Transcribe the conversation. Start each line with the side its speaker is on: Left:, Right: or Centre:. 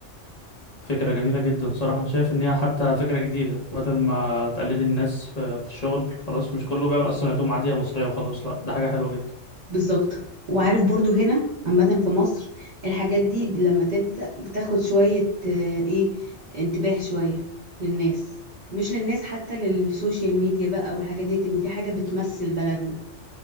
Left: فكرة جميلة جدا صراحة أنا شايف إن هي حتى فكرة جديدة بدل ما تقلدي الناس في, في الشغل خلاص مش كله بيعمل أصلا هدوم عادية مصرية وخلاص لأ ده حاجة حلوة جدا
Right: بالظبط وعارف برضو هنا عامة في مصر الحاجات دي ب- لما تبدأ بتاخد شوية آه، ايه انتباه شوية للناس مش للناس حتى للسوشيال ميديا بقى والحاجات ديت انه في حاجة بتمثل بلدنا